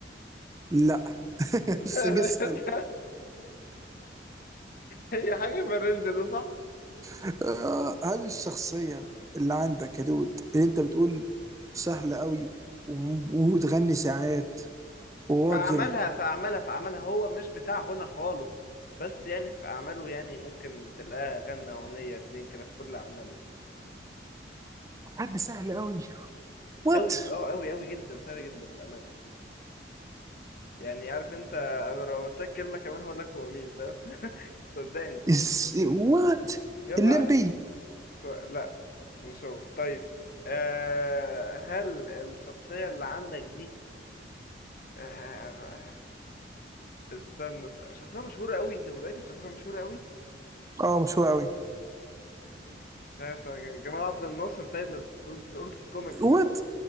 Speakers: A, on the right; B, on the left.
A: لا <laughs>
B: <laughs>
A: بس جه اسهل
B: هي حاجة في الرينج ده صح
A: آه، هل الشخصيه اللي عندك يا دود اللي انت بتقول سهله قوي وم- وبتغني ساعات وراجل
B: في أعمالها في أعمالها في أعمالها هو مش بتاع غنى خالص بس يعني في أعماله يعني ممكن تلاقاه غنى أغنية اتنين كده في كل أعماله
A: حد سهل قوي وات
B: أوي أه أوي أوي جدا سهل جدا بأمانة يعني عارف أنت أنا لو قلت لك كلمة كمان هقول لك هو مين فاهم <laughs> صدقني
A: إز... وات
B: يلا
A: الليمبي
B: ها سؤال لا مش هو طيب آه هل الشخصية اللي عندك دي آه، استنى است- شخصية مشهورة قوي انت متأكد شخصية مشهورة قوي
A: اه مش هو قوي
B: شايف جمال عبد الناصر طيب ما تقول تقول في الكوميكس
A: وات